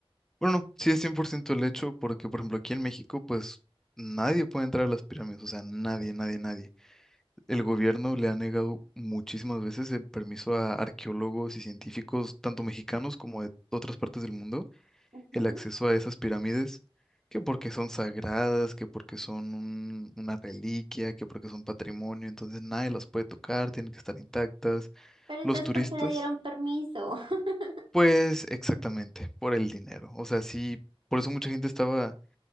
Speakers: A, in the centre; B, on the right.
A: Bueno, no, sí es 100% el hecho porque, por ejemplo, aquí en México, pues nadie puede entrar a las pirámides, o sea, nadie, nadie, nadie. El gobierno le ha negado muchísimas veces el permiso a arqueólogos y científicos, tanto mexicanos como de otras partes del mundo,
B: Ujú.
A: el acceso a esas pirámides, que porque son sagradas, que porque son un- una reliquia, que porque son patrimonio, entonces nadie las puede tocar, tienen que estar intactas.
B: Pero entonces,
A: Los turistas,
B: ¿por qué le dieron permiso? <laughs>
A: pues exactamente, por el dinero. O sea, sí, por eso mucha gente estaba